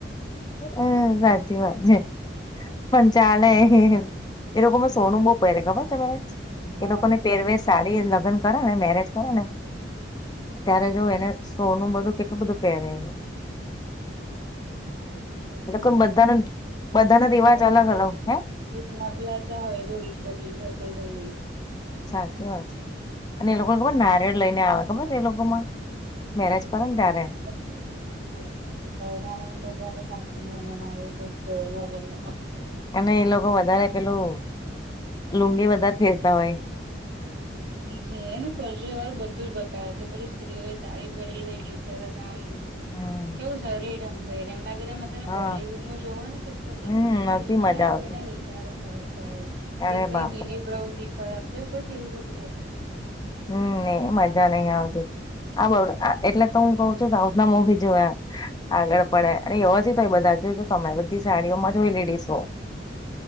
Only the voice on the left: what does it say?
હમ્મ સાચી વાત છે પણ ચાલે એમ એ લોકોંમાં સોનું બહુ પહેરે ખબર તમે
એ લોકોને પહેરવે સારી તે લગ્ન કરે ને મેરેજ કરે ને ત્યારે જો એને સોનું બધું કેટલું બધું પહેરાયે એ લોકો
એ લોકો બધાનું બધાનો રિવાજ
અલગ અલગ હે
સાચી વાત છે અને એ લોકોને ખબર નારેયળ લઈને આવે ખબર છે એ લોકોમાં મેરેજ કરો ને ત્યારે
અને એ લોકો વધારે પેલું લુંગી વધારે પેરતા હોય
હા.
હા
હમ
નથી મજા આવતી
અરે
બાપરે
હમ્મ મજા નહી આવતી આ બઉ એટલે તો હું કઉ છું સાઉથ ના મૂવી જોયા આગળ પડે અને એવો જ તો બધા જોય તો તમે બધી સાડીઓમાં જ હોય લેડીસો